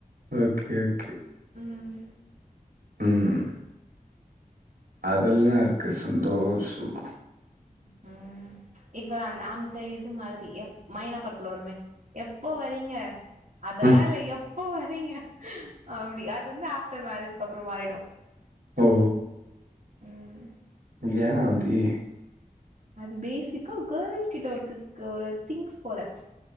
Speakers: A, on the right (about 85°); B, on the right (about 60°).
A: ஓகே ஓகே
B: ம்
A: ம் அதெல்லா இருக்கு சந்தோஷமா
B: ம் ம்ச் இப்ப அந் அந்த இது மாதிரி எப் மைனா படத்துல வருமே எப்போ வரீங்க அதல்லா
A: ம்
B: இல்ல எப் எப்போ வரிங்க அப்படியா அது வந்து ஆஃப்டர் மேரேஜ்க்கப்பறோ மாறிடு
A: ஓ
B: ம்
A: ஏ அவுதி
B: அது பேசிக்கா கேர்ள்ஸ் கிட்ட ஒருக்கு ஒரு திங்ஸ் போல ம்ச்